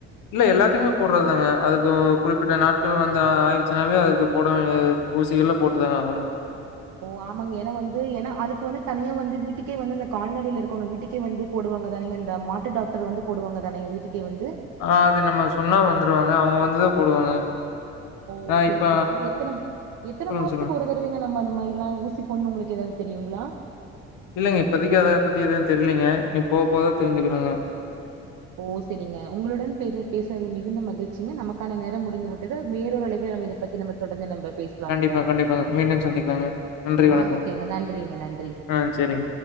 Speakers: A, on the left; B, on the right.
A: இல்ல எல்லாத்துக்குமே போடுறதுதாங்க அதுக்கு குறிப்பிட்ட நாட்கள் வந்து ஆயிடுச்சுனாவே அதுக்கு போடவேண்டியது ஊசியெல்லா போட்டுதாங்க ஆகனு
B: ஓ ஆமாங்க ஏனா வந்து ஏனா அதுக் வந்து தனியா வந்து வீட்டுக்கே வந்து அந்த கால்நடைல இருக்கவங்க வீட்டுக்கே வந்து போடுவாங்க தானேங்க இந்த மாட்டு டாக்டர் வந்து போடுவாங்க தானேங்க வீட்டுக்கே வந்து
A: ஆ அது நம்ம சொன்னா வந்துருவாங்க அவுங்க வந்துதா போடுவாங்க
B: ஓ
A: ஆ
B: சேரி
A: இப்ப
B: சேரிங்க அது எத்தன எத்தன
A: சொல்லுங்க,
B: மாசத்துக்கு
A: சொல்லுங்க.
B: ஒரு த டவங்க நம்ம அந்த மாதிரல்லா ஊசி போடுன்ணு உங்ளுக்கு ஏதாவ்து தெரியுங்ளா
A: இல்லைங்க இப்பதைக் அத பத்தி ஏது தெர்லைங்க இனி போக போதா தெரிஞ்சுக்கணுங்க
B: ஓ சரிங்க உங்களுடன் பேச பேசுனது மிகுந்த மகிழ்ச்சிங்க நமக்கான நேரம் முடிந்து விட்டது வேறொரு அழைப்பழ நம்ம இத பத்தி நம்ம தொடர்ந்து நம்ப பேசலாம்ங்க
A: கண்டிப்பா, கண்டிப்பாங்க. மீண்டும் சந்திக்கலாங்க. நன்றி, வணக்கங்க.
B: ஆஹ ஓகேங்க நன்றிங்க நன்றி
A: ஆ சரிங்க.